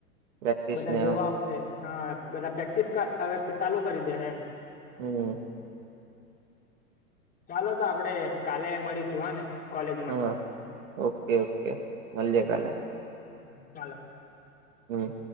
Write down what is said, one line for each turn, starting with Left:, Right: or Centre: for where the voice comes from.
Right: પ્રેક્ટિસને
Left: બધા જોવા આવશે. હા બધા પ્રેક્ટિસ હવે ચાલુ કરી દે હે એમ.
Right: હમ્મ.
Left: ચાલો તો આપડે કાલે મળીશું હ ને. કોલેજમાં
Right: હા, ઓકે ઓકે મળ્યે કાલેે.
Left: હ ચાલો.
Right: હમ.